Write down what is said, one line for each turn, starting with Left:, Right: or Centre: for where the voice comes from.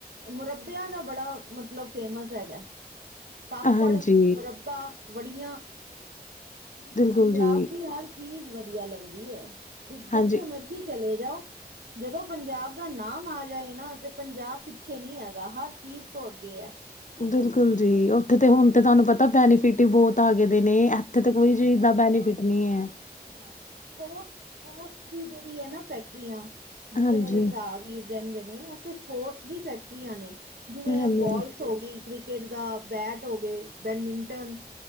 Right: ਮੁਰੱਬਿਆਂ ਦਾ ਬੜਾ ਮਤਲਬ ਫੇਮਸ ਹੈਗਾ। ਪਾਪੜ,
Left: ਹਾਂਜੀ,
Right: ਬੂਰੱਬਾ, ਵੜੀਆਂ
Left: ਬਿਲਕੁਲ
Right: ਪੰਜਾਬ
Left: ਜੀ।
Right: ਦੀ ਹਰ ਚੀਜ਼ ਵਧੀਆ ਲੱਗਦੀ ਹੈ ਜ ਜਿੱਥੇ
Left: ਹਾਂਜੀ,
Right: ਮਰਜ਼ੀ ਚਲੇ ਜਾਓ ਜਦੋਂ ਪੰਜਾਬ ਦਾ ਨਾਮ ਆ ਜਾਏ ਨਾ ਤੇ ਪੰਜਾਬ ਪਿੱਛੇ ਨਹੀਂੀ ਹੈਗਾ ਹਰ ਚੀਜ਼ ਤੋਂ ਅੱਗੇ ਹੈ।
Left: ਬਿਲਕੁਲ ਜੀ ਉੱਥੇ ਤੇ ਹੁਣ ਤੇ ਤੁਹਾਨੂੰ ਪਤਾ ਬੈਨੀਫਿਟ ਹੀ ਬਹੁਤ ਆ ਗਏ ਦੇ ਨੇ। ਏਥੇ ਤੇ ਕੋਈ ਚੀਜ਼ ਦਾ ਬੈਨੀਫਿਟ ਨਹੀਂ ਏ।
Right: ਹਾਂ ਸੋਟੋਟ ਦੀ ਜਿਹੜੀ ਆ ਨਾ ਫੈਕਟਰੀਆਂ ਜਿੱਥੇ
Left: ਹਾਂਜੀ।
Right: ਮੇਰੇ ਭਰਾ ਵੀਰ ਰਹਿੰਦੇ ਨੇ ਉੱਥੇ ਸਪੋਰਟਸ ਦੀ ਫੈਕਟਰੀਆਂ ਨੇ ਜਿਵੇਂ
Left: ਹਾਂਜੀ,
Right: ਬੋਲਸ ਹੋ ਗਈ। ਕ੍ਰਿਕਟ ਦਾ ਬੈਟ ਹੋ ਗਏ ਬੈਡਮਿੰਟਨ